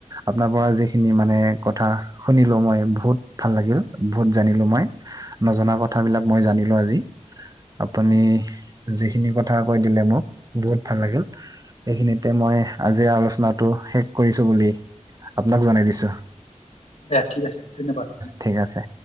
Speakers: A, on the right; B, on the left.
A: আপোনাৰ পৰা যিখিনি মানে কথা শুনিলো মই বহুত ভাল লাগিল বহুত জানিলো মই নজনা কথাবিলাক মই জানিলো আজি। আপুনি
B: হয়
A: যিখিনি কথা কৈ দিলে মোক, বহুত ভাল লাগিল। এইখিনিতে মই আজিৰ আলোচনাটো শেষ কৰিছো বুলি আপোনাক জনাই দিছো।
B: দিয়া ঠিক আছে ধন্যবাদ।
A: ঠিক আছে।